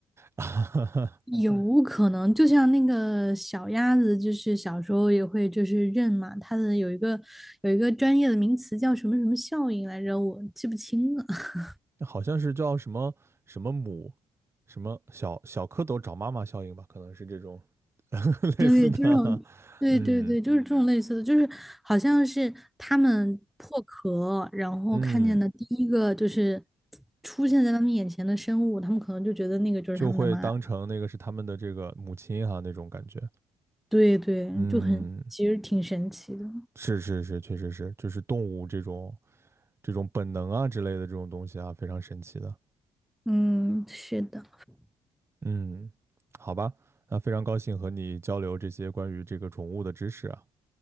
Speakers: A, on the right; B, in the centre.
A: <laughs>
B: 有可能，就像那个小鸭子，就是小时候也会就是认嘛，它的有一个有一个专业的名词叫什么什么效应来着，我记不清了。<laughs>
A: 好像是叫什么什么母，什么小小蝌蚪找妈妈效应吧，可能是这种 <laughs> 类似的，
B: 对，就这种，对对对，
A: 嗯
B: 就是这种类似的，就是好像是它们破壳，然后看见的第一个就是
A: 嗯，
B: 出现在他们眼前的生物，他们可能就觉得那个就是他们的妈。
A: 就会当成那个是他们的这个母亲哈、那种感觉，
B: 对对，
A: 嗯，
B: 就很，其实挺神奇的。
A: 是是是，确实是，就是动物这种这种本能啊之类的这种东西啊，非常神奇的，
B: 嗯，是的，
A: 嗯，好吧，那非常高兴和你交流这些关于这个宠物的知识啊，